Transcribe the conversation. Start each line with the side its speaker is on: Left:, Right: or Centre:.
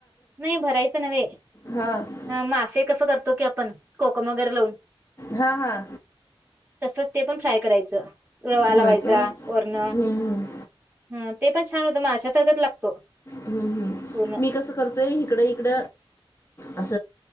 Right: नाही भरायच नव्हे.
Left: हां
Right: हं मासे कस करतो की आपण कोकम वगैरे लावून.
Left: हां हां
Right: तसच ते पण फ्राय करायच, रवा
Left: होय
Right: लावायचा
Left: काय हम्म
Right: वरण.
Left: हम्म.
Right: हां ते पण छान होत माश्या सारखाच लागतो.
Left: हम्म हम्म
Right: पूर्ण
Left: मी कस करतोय हिकड इकड अस